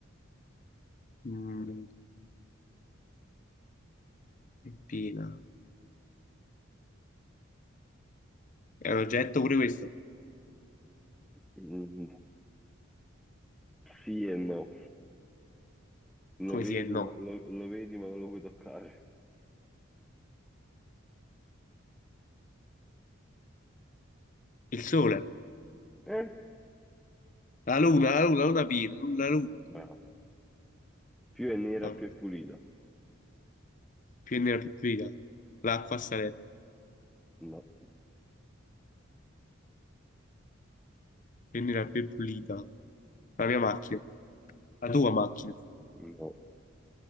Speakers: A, on the left; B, in the centre.
A: mm, è piena. È un oggetto pure questo?
B: Mhm, Sì e no,
A: Come
B: lo vedi,
A: si è? No.
B: ma, lo, lo vedi, ma non lo puoi toccare.
A: Il sole,
B: Eh?
A: la luna, la luna, la luna piena, la luna. la luna.
B: Bravo. Più è nera,
A: Porca.
B: più è pulita.
A: Più è nera più è pulita. L'acqua a Salerno,
B: No,
A: più è nera più è pulita. La mia macchina, la tua macchina.
B: no,